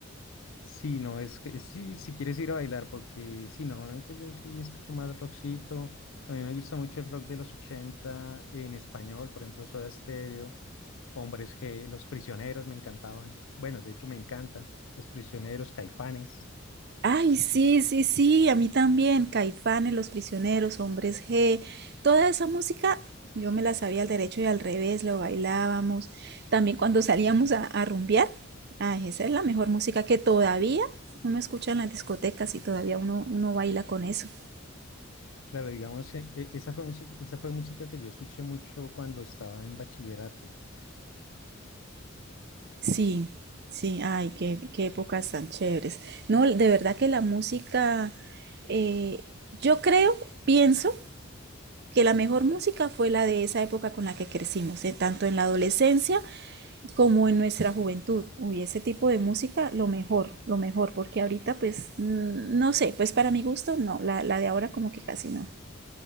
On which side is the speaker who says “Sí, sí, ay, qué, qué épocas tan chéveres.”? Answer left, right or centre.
Right